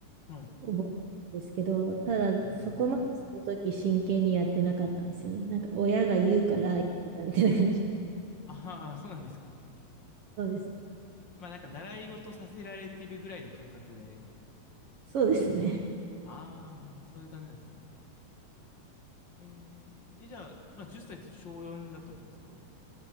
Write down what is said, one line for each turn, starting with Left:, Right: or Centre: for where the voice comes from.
Left: う。はい。
Right: 覚えてるんですけど、ただそこまでその時真剣にやってなかったんですよね。
Left: うん。
Right: なんか親が言うからやってたみたいな感じで。
Left: ああー、そうなんですか。
Right: そうですね。
Left: まあ、なんか、習い事させられてるぐらいの感覚で。
Right: そうですね。
Left: ああ、そういう感じなんですね。えー、え、じゃあ、まあ、10歳っさいって小4だと思うんですけど、